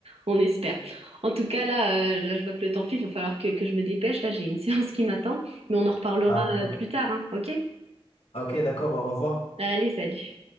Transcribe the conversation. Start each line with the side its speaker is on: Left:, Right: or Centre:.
Right: on espère. En tout cas, là, euh, là, je vois que le temps file, il va falloir que, que je me dépêche. Là, j'ai une <laughs> séance qui m'attend, mais on en reparlera
Left: Ah, d'accord.
Right: euh, plus tard, hein, ok?
Left: Ok, d'accord, au revoir.
Right: Allez, salut.